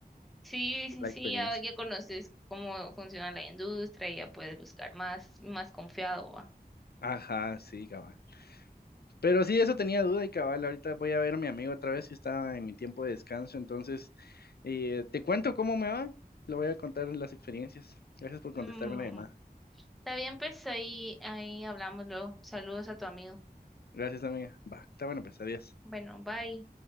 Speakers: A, in the centre; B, on the left.
A: Sí, sí,
B: por la
A: sí,
B: experiencia.
A: ya, ya conoces cómo funciona la industria y ya puedes buscar más, más confiado, va.
B: Ajá, sí, cabal. Pero sí, eso tenía duda y cabal, ahorita voy a ver a mi amigo otra vez que está en mi tiempo de descanso, entonces eh, te cuento cómo me va, le voy a contar las experiencias. Gracias por
A: Mm,
B: contestarme la llamada.
A: está bien, pues ahí, ahí hablamos luego. Saludos a tu amigo.
B: Gracias, amiga. Va, está bueno, pues adiós.
A: Bueno, bye.